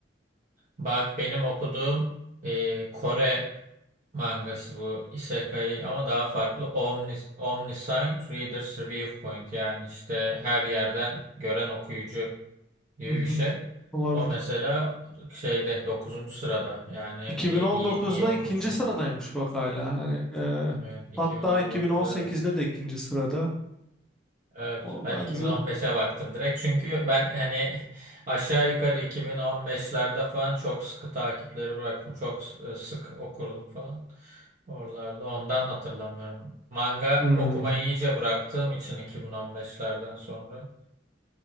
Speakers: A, on the right; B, in the centre.
A: Bak benim okuduğum e, Kore mangası bu Isekai ama daha farklı Omnis, Omniscient Reader's Review Point yani işte her yerden gören okuyucu gibi
B: Mhm,
A: bir şey.
B: Olabilir.
A: O mesela şeyde dokuzuncu sırada yani
B: 2019'da
A: iyi iyi iyi okumuşum.
B: ikinci sıradaymış bak hala. Hani e,
A: Evet, 2019'da
B: hatta 2018'de
A: evet.
B: de ikinci sırada.
A: Evet,
B: O
A: ben
B: ben
A: 2015'e
B: z-
A: baktım direkt. Çünkü ben hani aşağı yukarı 2015'lerde falan çok sıkı takipleri bıraktım. Çok s- e, sık okurdum falan. Oralarda ondan hatırlamıyorum. Manga
B: Hmm.
A: okumayı iyice bıraktığım için 2015'lerden sonra